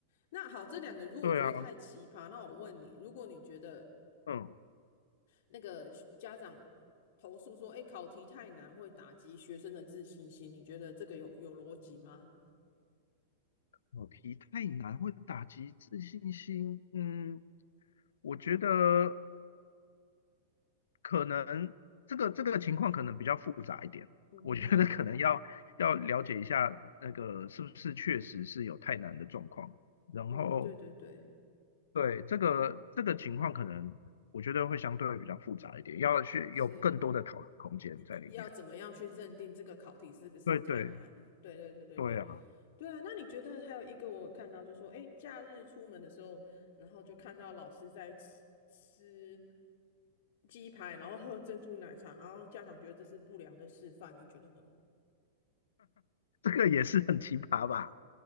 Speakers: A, on the left; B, on the left.
A: 那好，这两个如果觉得太奇葩，
B: 对啊，
A: 那我问你，如果你觉得
B: 嗯，
A: 那个学家长投诉说，哎，考题太难会打击学生的自信心，你觉得这个有有逻辑吗？
B: 考题太难会打击自信心，嗯，我觉得。可能这个这个情况可能比较复杂一点，
A: <laughs> 嗯哼哼，
B: 我觉得可能要要了解一下那个是不是确实是有太难的状况，然后
A: 哦，对对对，
B: 对这个这个情况可能我觉得会相对比较复杂一点，要去有更多的讨论空间在里面。
A: 是一一要怎么样去认定这个考题是不是太难？
B: 对对
A: 对对对对对。
B: 对啊，
A: 对啊，那你觉得还有一个我看到就说，诶，假日出门的时候，然后就看到老师在吃吃鸡排，然后喝珍珠奶茶，然后家长觉得这是不良的示范，你觉得呢？
B: 这个也是很奇葩吧？